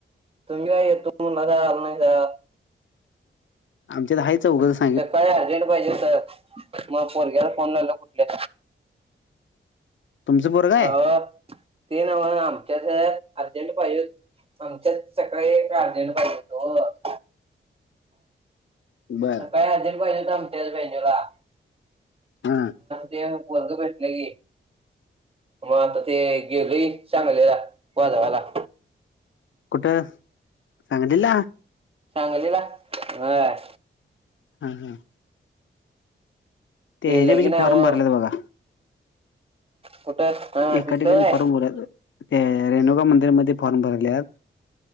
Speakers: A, on the right; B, on the left.
A: तुम्ही काय येतो म्हणसा आल नाही का.
B: आमच्या तर हाय चौघस
A: सकाळी अर्जंट पाहिजे हो तर मग पोरग्याला फोन लावला कुठल्या.
B: तुमचं पोरगं आहे
A: अ ते नव्ह आमच्याच अर्जंट पाहिजे आमच्यात सकाळी एक अर्जेंट पाहिजे होतो.
B: बरं
A: काय अर्जंट पाहिजे मतेच बहिजूला
B: हा
A: ते वर्ग भेटले की. मग आता ते गेलोय चांगले वाजवाला.
B: कुठ सांगलीला?
A: सांगलीला व्हय.
B: हम् हम् ते ह्याच्या
A: लगीन
B: पेक्ष
A: आहे
B: फॉर्म
A: हो
B: भरलेत बघा.
A: कुठं हा
B: एका
A: तिथं
B: ठिकाणी
A: आहे
B: फॉर्म भर त्या रेणुका मंदिरमध्येध्ये फॉर्म भरयल्यात.